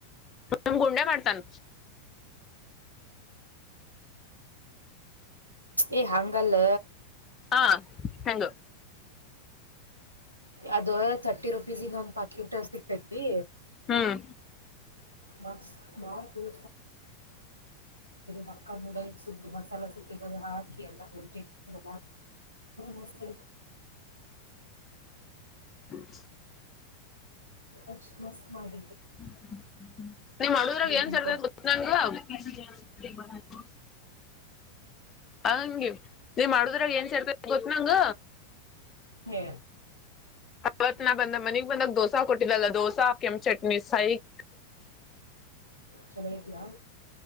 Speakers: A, on the left; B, on the right.
A: ನಮ್ ಗುಂಡ್ಯ ಮಾಡ್ತಾನ
B: ಏಯ್ ಹಂಗಲ್ಲ
A: ಹಾ ಹೆಂಗ
B: ಅದು ಥರ್ಟಿ ರುಪೀಸಿಂದು ಒಂದ್ ಪ್ಯಾಕ್ಕೆಟ್ ಸಿಕ್ತೈತಿ
A: ಹ್ಮ್
B: ಮ <unintelligible> ಸಿದು ಹಕ್ಕ ನೂಡಲ್ಸ್ ಮಸಾಲ ಸಿಕ್ಕ ಹಾಕಿ ಎಲ್ಲ <unintelligible> ಹ ಮಸ್ತ್
A: ಹ <inaudible>
B: ಎಕ್ಸ್ಪ್ರೆಸ್ ಮಾಡಿ
A: ಹ್ಮ ನೀ ಮಾಡುದ್ರ ಏನ್
B: ಮಾಡ್ಕೊಡ್ತಿ
A: ಸರ್ದ ಗೊತ್ತ್ ನಂಗಲು ಹಾ <unintelligible> ವಿನೋದ ಹಂಗಿ ನೀವ್ ಮಾಡುದ್ರಾಗ ಏನ್ ಸೇರರ್ಬೇಕು ಗೊತ್ತು ನಂಗ
B: ಹೇ
A: ಅವತ್ ನಾ ಬಂದ ಮನಿಗ್ ಬಂದಾಗ ದೋಸಾ ಕೊಟ್ಟಿದಲ್ಲ ದೋಸಾ ಕೆಂ ಚಟ್ನಿ ಸೈಕ್
B: ಚೆನ್ನಾಗಿತಯಾ